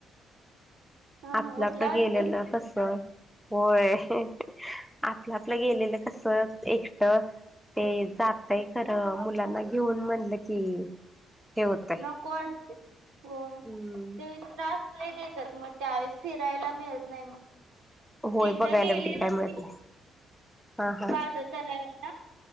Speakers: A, on the right; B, in the centre.
A: हा
B: आपला
A: हा उठला
B: आपला
A: वाटतं
B: गेलेल कसा होय हं हं आपला. आपलं गेलेलं कसं एकटं. ऐ जातय खरं मुलांना घेऊन म्हणलं की, हे होतय
A: नको वाटतय, होय
B: हम्म
A: ते त्रास.. लेट येत्यात मग त्यावेळेस फिरायला मिळत नाही मग..
B: होय
A: एकदा
B: बघायला
A: गेलेलो
B: वगैरे काय
A: <unintelligible>
B: मिळत नाही हा हा
A: ताज तलाव